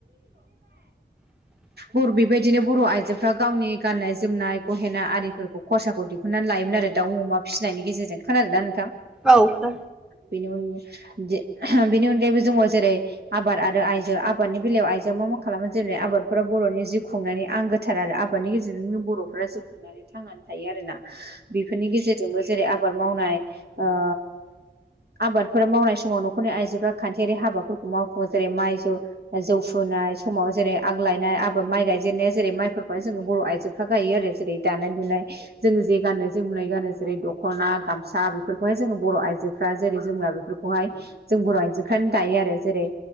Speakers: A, in the centre; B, on the right (about 60°).
A: <inaudible> <unintelligible>
B: बर'बेबायदिनो बर' आइजोफ्रा गावनि गाननाय जोमनाय गहेना आरिफोरखौ खरसाखौ दि हुननानै लायोमोन आरो दाउ अमा फिसिनायनि गेजेरजों खोनादोंना नोंथां?
A: औ
B: बेनि उननि दि बेनि अनगायैबो दङ जेरै आबाद आरो आइजो आबादनि बेलायाव आइजोआ मा मा खालामो जेनै आबाद फुरा बर'नि जिउ खुंनानै आंगोथार आरो आबादनि गेजेरजोंनो बर'फोरा जिउ खुंनानै थांनानै थायो आरोना। बेफोरनि गेजेरजोंबो जेरै आबाद मावनाय ओ आबादफोर मावनाय समाव नखरनि आइजोफ्रा खान्थियारि हाबाफोरखौ मावफुङो जेरै माइ जौ फु्नाय समाव जेरै आग लायनाय आबाद माइ गायजेननाया जेरै- माइफोरखौहाय जोङो बर' आइजोफ्रा गायो आरो जेरै दानाय- लुनाय जोङो जे गाननाय जोमुनाय गानो जेरै दखना गामसा बेफोरखौहाय जोङो बर' आइजोफ्रा जेरै जोमला बे खौहाय जों बर' आइजोफ्रानो दायो आरो जेरै-